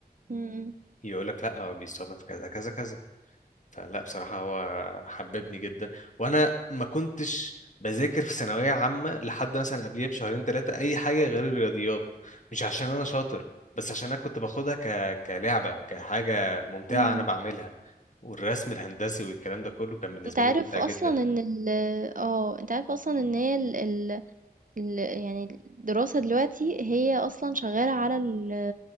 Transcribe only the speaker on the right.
إمم،
إمم.
أنت عارف
أصلًا
إن ال آه، أنت عارف أصلًا إن هي ال ال ال يعني الدراسة دلوقتي هي أصلا شغالة على ال